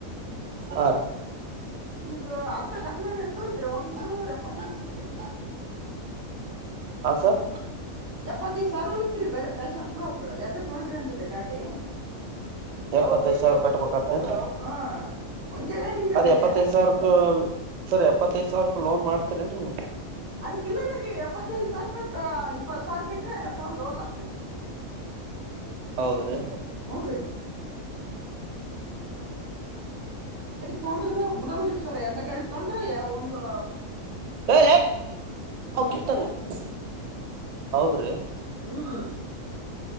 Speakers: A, on the right; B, on the right.
A: ಆ
B: ಈಗ ಅದಧ ಕಟ್ ಮಾಡ್ರೆ ಎಷ್ಟು ಹೊತರಿ ಒಂದು ಎಪ್ಪತ್ತೈದು ಇತಿರಿ
A: ಹ ಸರ್
B: ಎಪ್ಪತ್ತೈದ ಸಾವರ ಉಳತ್ರಿ ಬರ ಪಫ್ಯಾಷನ್ ಪ್ರೂಕ್ ಎದ್ದ ತೊೊಂಡ್ರಿ ಅಂದ್ರಿ ಗಾಡಿ
A: ಎಪ್ಪತ್ತೈದ ಸಾವಿರ ಕಟ್ಬೇಕತ್ತನ್ರಿ
B: ಹಾ ಒಂದೇ ಗಾಡಿಗ್ರಿ
A: ಅದ್
B: ಬರೇ
A: ಎಪ್ಪತ್ತೈದ ಸಾವಿರಕ್ ಸರಿ ಎಪ್ಪತ್ತೈದ್ ಸಾವಿರ ಲೋನ್ ಮಾಡ್ತ ಟು <unintelligible>
B: ಅದ್ಕ್ಕ ಇಿಲ್ಲರೀ ನೀವ್ ಎಪ್ಪತ್ತೈದು ಸಾವಿರ ರೂಪ ಇಪ್ಪ ಸಾವಿರ ಬಿಟ್ರಿ ಐವತ್ತು ಸಾವಿರ ಲೋನ್ ಹತ್ತತ್ದರಿ
A: ಹೌದ್ರೀ
B: ಹ್ಞೂ ರೀ ತೊೊಂಡ್ರ ಬಿಡಲ್ರಿ ಸರ್ ಎಡ್ ಗಾಡಿ ತೊೊಂಡ್ರಿ ಯಾವ ಒಂದು
A: ಹ ಹ ಕೀರ್ತನೆ <unintelligible> ಹೌದ್ರೀ
B: ಹ್ಮ